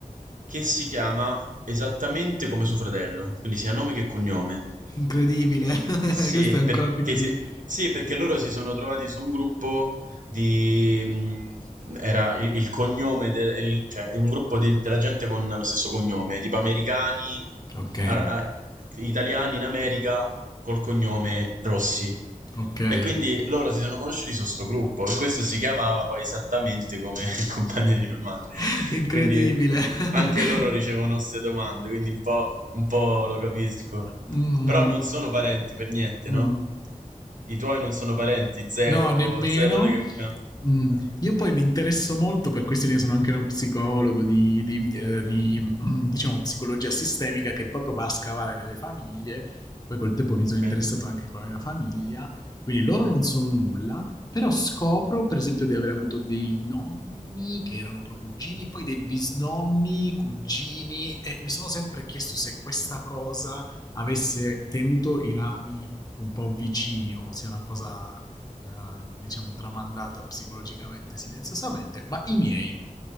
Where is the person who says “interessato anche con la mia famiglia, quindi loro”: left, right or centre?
Left